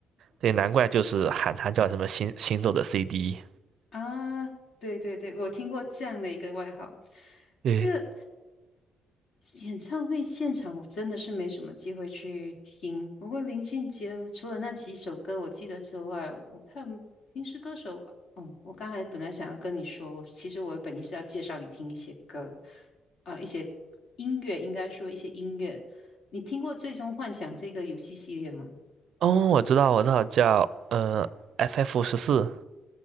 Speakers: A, on the right; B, on the left.
A: 对，难怪就是喊他叫什么行行走的 CD。
B: 啊，对对对，我听过这样的一个外号。
A: 对，
B: 这个演唱会现场我真的是没什么机会去听，不过林俊杰除了那几首歌我记得之外，我看平时歌手哦，我刚才本来想要跟你说，我其实我本意是要介绍你听一些歌啊，一些音乐，应该说一些音乐。你听过《最终幻想》这个游戏系列吗？
A: 哦，我知道，我知道叫呃 FF 十四